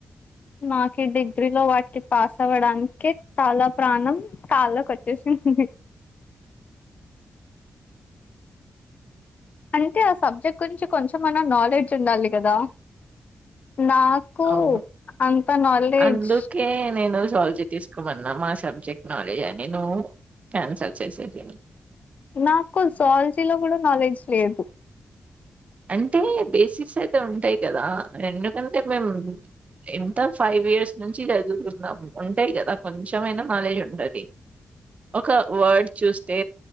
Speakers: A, on the left; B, on the right.
A: నాకు డిగ్రీ లో వాటికి పాస్ అవ్వడానికి తల ప్రాణం కాళ్ళకి వచ్చేసి ఉంది అంటే ఆ సబ్జెక్ట్ గురించి కొంచెంమన్నా నాలెడ్జ్ ఉండాలి కదా నాకు
B: అవును
A: అంత నాలెడ్జ్
B: అందుకే నేను జవాలజీ తీసుకోమన్న మా సబ్ మా సబ్జెక్ట్ అని నువ్వు క్యాన్సల్ చేసినావు
A: నాకు జాలజీలో కూడా నాలెడ్జ్ లేదు
B: అంటే బేసిక్స్ అయితే ఉంటాయి కదా ఎందుకంటే మేము ఎంత ఫైవ్ ఇయర్స్ నుంచి చదువుతున్నా ఉంటాయి కదా కొంచెమనా నాలెడ్జ్ ఉంటది ఒక వర్డ్ చూస్తే